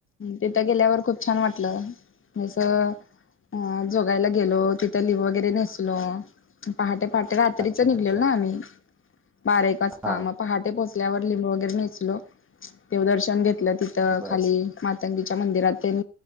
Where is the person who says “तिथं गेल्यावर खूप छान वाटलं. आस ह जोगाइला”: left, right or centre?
Left